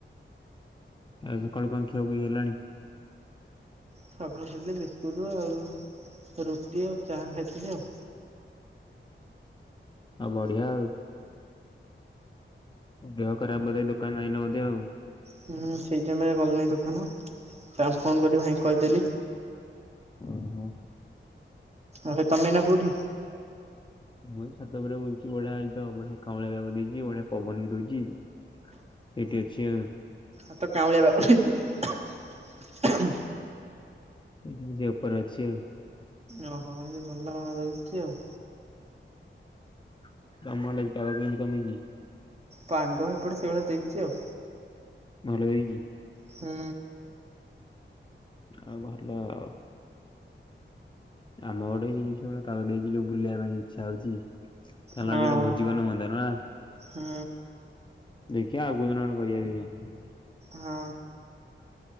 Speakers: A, on the left; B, on the right.
A: ଆଉ ସକାଳୁ କଣ ଖିଆଖୁଇ ହେଲାଣି।
B: ସକାଳୁ ଖାଲିଟିକେ ବିସ୍କୁଟରୁ ଆଉ ରୁଟି ଆଉ ଚାହା ଖାଇଥିଲି ଆଉ
A: ଆଉ ବଢିଆ ଆଉ ଦେହ ଖରାପ ବୋଧେ ଦୋକାନ ଯାଇନ ବୋଧେ ଆଉ।
B: ହୁଁ ସେଇ ଟାଇମରେ ଗଲଣିହି ଦୋକାନ ତା ଫୋନ କରି ଭାଇ କହିଦେଲି।
A: ଓ ହୋ,
B: ଆ ତମେ ଏଇନା କୋଉଠି?
A: ମୁଁ ଛାତ ଉପରେ ବୁଲୁଛି ବଢିଆ ବଢିଆ କାଉଁଳିଆ ପାଗ ଦେଇଛି ବଢିଆ ପବନ ବି ଦଉଛି ଏଇଠି ଅଛି ଆ
B: ଆଉ ତ କାଉଁଳିଆପାଗ ଦେଇଛି।
A: ସେ ଯେ ଉପରେ ଅଛି ଆଉ।
B: ଓ ହୋ ଭଲ ରହୁଛି ଆଉ।
A: <unintelligible>
B: ପାଗ ଏପଟେ ସେଇଭଳିଆ ଦେଇଛି ଆଉ।
A: ଭଲ ଦେଇଚି।
B: ହୁଁ।
A: ଆଉ ଭଲ ଆଉ। ଆମ ଗୋଟେଇ ଜିନିଷ ଗଡ ତାକୁ ଦେଇଛି ବୁଲିବା ପାଇଁ ଇଚ୍ଛା ହୋଉଚି। ଚାଲ
B: ହଁ
A: ଯୋଉଟା ଭୋଜିି କନେ ହୁଅନ୍ତା ନୁହଁ ନା।
B: ହୁଁ।
A: ଦେଖିବା ଆଉ କୋଉ ଦିନ ଗଟେ କରିବା ଦେଖିଆ।
B: ହଁ।